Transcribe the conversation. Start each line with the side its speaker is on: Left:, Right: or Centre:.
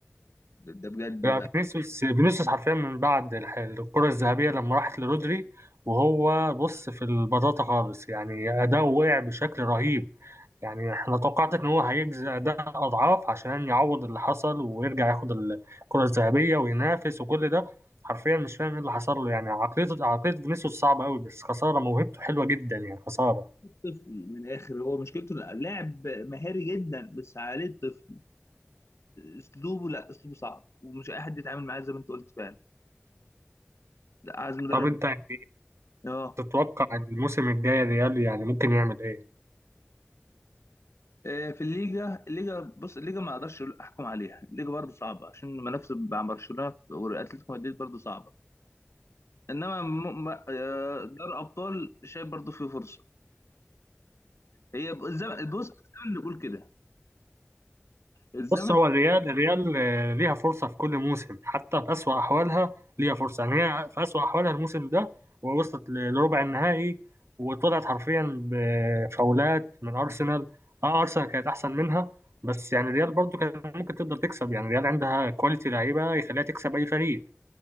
Left: ده ده بجد
Right: يعني
Left: بقى
Right: فينيسيوس فينيسيوس حرفيا من بعد الح- الكرة الذهبية لما راحت لرودري وهو بص في البطاطا خالص يعني أداؤه وقع بشكل رهيب يعني احنا توقعت ان هو هيجزي أداء أضعاف عشان يعوض اللي حصل ويرجع ياخد الكرة الذهبية وينافس وكل ده حرفيا مش فاهم ايه اللي حصل له يعني عقلية عقلية فينيسيوس صعبة قوي بس خسارة موهبته حلوة جدا يعني خسارة
Left: طفل من الآخر هو مشكلته إنه لاعب مهاري جدا بس عليه طفل أسلوبه لا أسلوبه صعب ومش أي حد يتعامل معاه زي ما أنت قلت فعلا لا عايز مدرب
Right: طب انت يعني
Left: آه
Right: تتوقع الموسم الجاي ريال يعني ممكن يعمل ايه؟
Left: آه، في الليجا الليجا بص الليجا ما اقدرش أقول- احكم عليها الليجا برضه صعبه عشان المنافسه مع برشلونه واتلتيكو مدريد برضه صعبه انما م- م- آه، دوري ابطال شايف برضه فيه فرصه هي الزمن بص الزمن اللي بيقول كده الزمن
Right: بص هو الريال الريال آه، ليها فرصة في كل موسم حتى في أسوأ أحوالها ليها فرصة يعني هي في أسوأ أحوالها الموسم ده ووصلت ل- لربع النهائي وطلعت حرفيا بفاولات من أرسنال أه أرسنال كانت أحسن منها بس يعني الريال برضو كانت ممكن تقدر تكسب يعني الريال عندها كواليتي لعيبة يخليها تكسب أي فريق